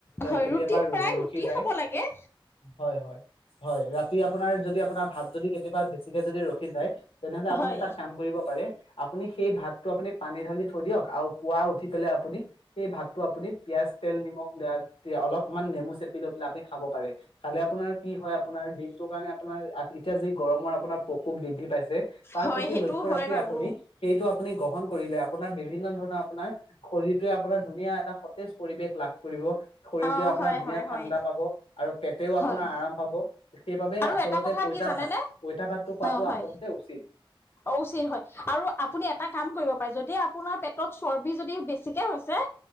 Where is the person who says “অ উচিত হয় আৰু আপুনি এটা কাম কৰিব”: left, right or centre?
Left